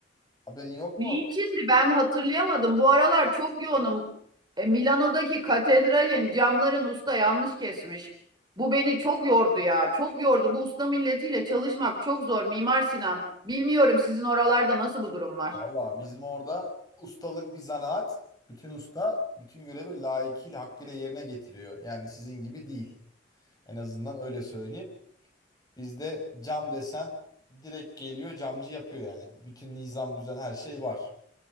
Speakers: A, on the left; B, on the right.
A: haberin yok
B: Niçindi?
A: mu?
B: Ben hatırlayamadım. Bu aralar çok yoğunum. E, Milano'daki katedralin camların usta yanlış kesmiş. Bu beni çok yordu ya. Çok yordu. Bu usta milletiyle çalışmak çok zor Mimar Sinan. Bilmiyorum sizin oralarda nasıl bu durumlar.
A: Vallahi bizim orada ustalık bir zanaat. Bütün usta bütün görevi layıkıyla hakkıyla yerine getiriyor. Yani sizin gibi değil. En azından öyle söyleyeyim. Bizde cam desen direkt geliyor camcı yapıyor yani. Bütün nizam düzen her şey var.